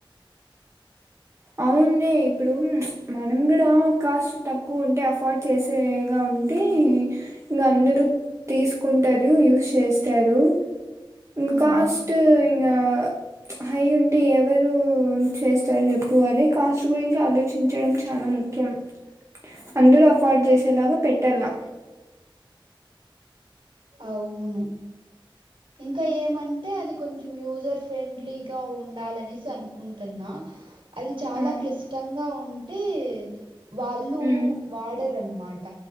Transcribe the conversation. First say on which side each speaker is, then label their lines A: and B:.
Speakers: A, on the right; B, on the right.
A: అవున్లే ఇప్పుడు మనం కూడా కాస్ట్ తక్కువ ఉంటే అఫోర్డ్ చేసేగా ఉంటే ఇంకా అందరూ తీసుకుంటారు యూస్ చేస్తారు ఇంన్
B: హ్మ్
A: కాస్ట్ ఇంగ హై ఉంటే ఎవరు చేస్తారు చెప్పు అదే కాస్ట్ గురించి ఆలోచించడం చాలా ముఖ్యం ఖ్యం అందరూ అఫోర్డ్ చేసేలాగా పెట్టలా
B: అవును ఇంకా ఏమంటే అది కొంచెం యూజర్ ఫ్రెండ్లీగా ఉండాలనేసి అనుకుంటున్నా అది చాలా
A: ఆ
B: క్లిష్టంగా ఉంటే వాళ్ళు
A: ఉమ్,
B: వాడరనమాట